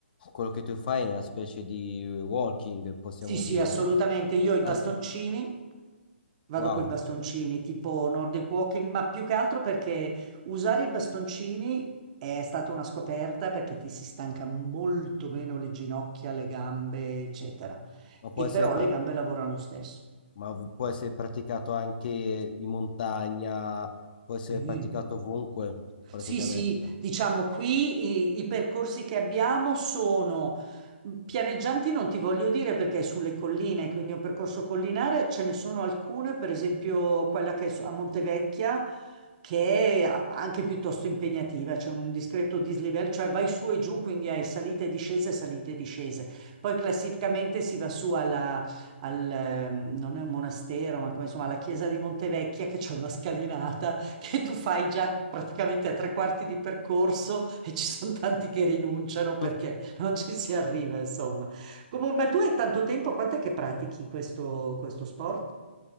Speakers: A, on the left (about 45°); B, on the right (about 35°).
A: quello che tu fai è una specie di walking, possiamo
B: Sì, sì,
A: dire.
B: assolutamente. Io ho i bastoncini,
A: Ah,
B: Vado
A: wow,
B: con i bastoncini, tipo Nordic Walking, ma più che altro perché usare i bastoncini è stata una scoperta perché ti si stanca molto meno le ginocchia, le gambe, eccetera.
A: ma può
B: E
A: essere,
B: però
A: pra-
B: le gambe lavorano lo stesso.
A: ma v- può essere praticato anche in montagna, può essere
B: Sì.
A: praticato ovunque, praticamente.
B: Sì, sì, diciamo qui i, i percorsi che abbiamo sono pianeggianti, non ti voglio dire perché è sulle colline, quindi è un percorso collinare, ce ne sono alcune, per esempio quella che è su- a Montevecchia, che è a- anche piuttosto impegnativa, c'è un discreto dislivello, cioè vai su e giù, quindi hai salite e discese, salite e discese. Poi classificamente si va su alla, al, ehm, non è un monastero, ma come, insomma alla chiesa di Montevecchia che c'è una scalinata che tu fai già praticamente a tre quarti di percorso e ci sono tanti che rinunciano perché
A: Mm.
B: non ci si arriva, insomma. Comunque, ma tu hai tanto tempo, quant'è che pratichi questo, questo sport,